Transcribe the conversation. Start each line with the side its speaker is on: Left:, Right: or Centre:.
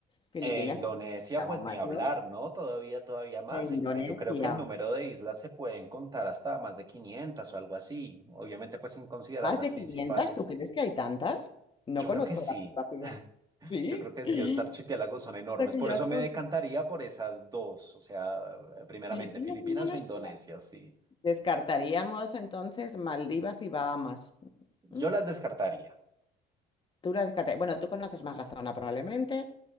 Left: Filipinas,
Right: e Indonesia
Left: estamos
Right: pues
Left: mayores,
Right: ni hablar, ¿no? Todavía, todavía más,
Left: e Indonesia.
Right: en que yo creo que el número de islas se pueden contar hasta más de 500 o algo así, obviamente pues sin considerar
Left: ¿Más
Right: las
Left: de
Right: principales.
Left: quinientas ¿Tú crees que hay tantas? No
Right: Yo
Left: conozco
Right: creo que sí.
Left: la geografía. Sí,
Right: Yo creo que
Left: <laughs>
Right: sí, esos archipiélagos
Left: o
Right: son enormes.
Left: sea que
Right: Por
Left: ya
Right: eso me
Left: son
Right: decantaría por esas dos. O sea, primeramente
Left: Filipinas,
Right: Filipinas
Left: e Indonesia.
Right: o Indonesia, sí.
Left: Descartaríamos entonces Maldivas y Bahamas.
Right: Yo
Left: Mm,
Right: las descartaría.
Left: Tú las descartarías. Bueno, tú conoces más la zona probablemente.